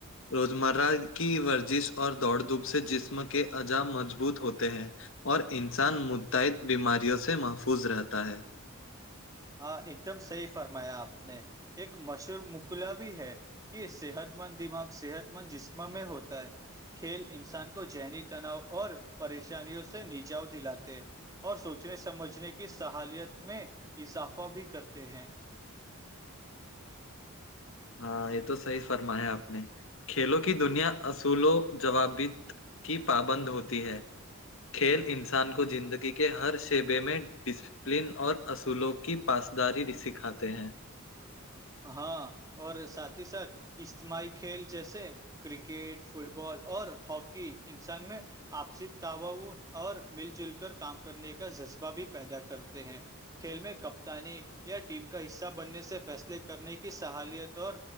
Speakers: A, on the left (about 65°); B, on the right (about 15°).
A: روزمرہ کی ورزش اور دوڑ دھوپ سے جسم کے عجا مضبوط ہوتے ہیں اور انسان متعد بیماریوں سے محفوظ رہتا ہے
B: ہاں ایک دم صحیح فرمایا آپ نے ایک مشہور مکلا بھی ہے کہ صحت مند دماغ صحت مند جسم میں ہوتا ہے کھیل انسان کو ذہنی تناؤ اور پریشانیوں سے نجاؤ دلاتے اور سوچنے سمجھنے کی صحالیت میں اضافہ بھی کرتے ہیں
A: ہاں یہ تو صحیح فرمایا آپ نے کھیلوں کی دنیا اصول و جوابط کی پابند ہوتی ہے کھیل انسان کو زندگی کے ہر شعبے میں پلن اور اصولوں کی پاسداری سکھاتے ہیں
B: ہاں اور ساتھ ہی ساتھ اجتماعی کھیل جیسے کرکٹ فٹ بال اور ہاکی انسان میں آپسی تاؤ اور مل جل کر کام کرنے کا جذبہ بھی پیدا کرتے ہیں کھیل میں کپتانی یا ٹیم کا حصہ بننے سے فیصلے کر کرنے کی صحالیت اور